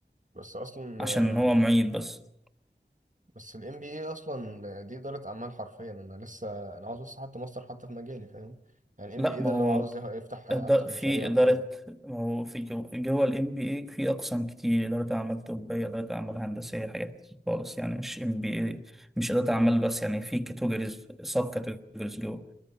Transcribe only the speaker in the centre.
عشان
هو معيد
بس
لأ
ما
هو
إد- في
إدارة
هو في جو- جوه ال MBA في أقسام كتير إدارة أعمال طبية إدارة أعمال هندسية حاجات كتير خالص يعني مش MBA مش إدارة أعمال بس يعني في كاتيجوريز سب كاتيجوريز جوه